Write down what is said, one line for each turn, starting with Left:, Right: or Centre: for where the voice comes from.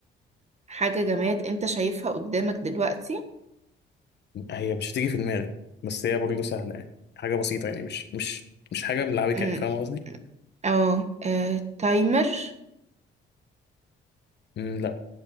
Right: حاجة جماد أنت شايفها قدامك دلوقتي؟
Left: هي مش هتيجي في دماغي بس هي برضه سهلة يعني حاجة بسيطة يعني مش مش مش حاجة ملعبكة
Right: أمم،
Left: يعني فاهم قصدي؟
Right: اه آه، تايمر
Left: مم، لا